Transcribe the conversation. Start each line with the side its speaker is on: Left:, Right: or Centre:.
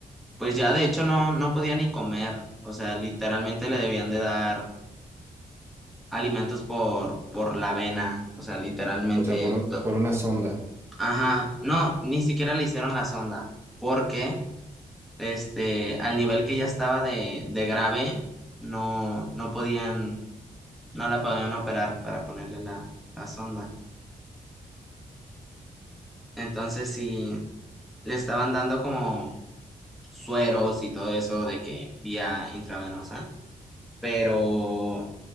Centre: pues ya de hecho no, no podía ni comer, o sea, literalmente le debían de dar alimentos por, por la vena, o sea, literalmente,
Right: O sea, por, un-
Centre: to-
Right: por una sonda.
Centre: ajá, no, ni siquiera le hicieron la sonda, porque este, al nivel que ya estaba de, de grave, no, no podían, no la podían operar para ponerle la, la sonda, entonces sí, le estaban dando como sueros y todo eso de que vía intravenosa, pero